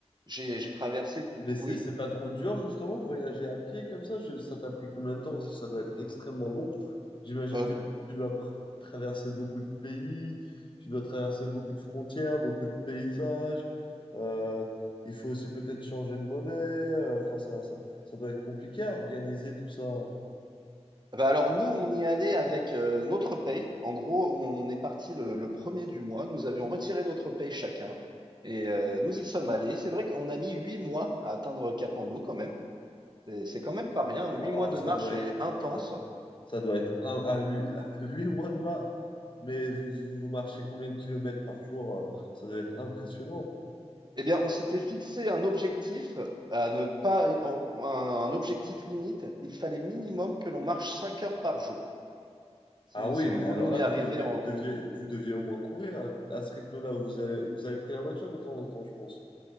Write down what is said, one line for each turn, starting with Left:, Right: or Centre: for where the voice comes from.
Right: J'ai j'ai traversé. du-
Left: Mais c'est
Right: Oui.
Left: c'est pas trop dur justement de voyager à pied comme ça? Je- ça t'a pris combien de temps? Parce que ça doit être extrêmement long. J'imagine
Right: euh,
Left: que tu dois pr- traverser beaucoup de pays, tu dois traverser beaucoup de frontières, beaucoup de paysages. Euh, il faut aussi peut-être changer de monnaie. Euh, Enfin, ça, ça, ça doit être compliqué à organiser tout ça.
Right: Bah alors nous, on y allait avec euh, notre paye. En gros, on est parti le, le premier du mois. Nous avions retiré notre paye chacun et euh, nous y sommes allés. C'est vrai qu'on a mis huit mois à atteindre Capandou quand même. C'est c'est quand même pas rien.
Left: Ouah,
Right: Huit mois de
Left: ça
Right: marche
Left: doit
Right: est
Left: être,
Right: intense.
Left: ça, ça doit être un à huit, <laughs> à huit mois de mars. Mais vous, vous marchez combien de kilomètres par jour? euh, Ça doit être impressionnant.
Right: Eh bien, on s'était fixé un objectif à ne pas, en- un, un objectif limite. Il fallait minimum que l'on marche cinq heures par jour si,
Left: Ah oui,
Right: si nous
Left: mais
Right: voulions
Left: alors là,
Right: y
Left: vous
Right: arriver
Left: deviez, deviez- vous deviez au moins courir à, à ce rythme-là où vous avez, vous avez pris la voiture de temps en temps, je pense.